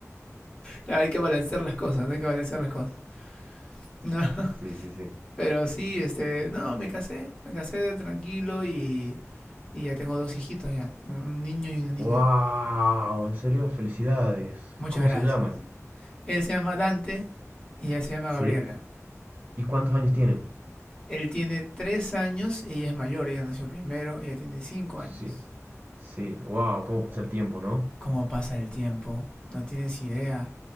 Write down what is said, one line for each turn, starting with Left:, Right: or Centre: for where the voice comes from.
Left: Claro, hay que balancear las cosas, no hay que balancear las cosas. <laughs> No.
Right: Sí, sí, sí.
Left: Pero sí, este, no, me casé, me casé de tranquilo y, y ya tengo dos hijitos ya, un niño y una niña.
Right: ¡Wow! ¿En serio? Felicidades.
Left: Muchas
Right: ¿Cómo
Left: gracias.
Right: se llaman?
Left: Él se llama Dante y ella se llama
Right: Sí.
Left: Gabriela.
Right: ¿Y cuántos años tienen?
Left: Él tiene tres años y ella es mayor, ella nació primero, ella tiene cinco
Right: Sí.
Left: años.
Right: Sí. ¡Wow! ¿Cómo pasa el tiempo, no?
Left: ¿Cómo pasa el tiempo? No tienes idea.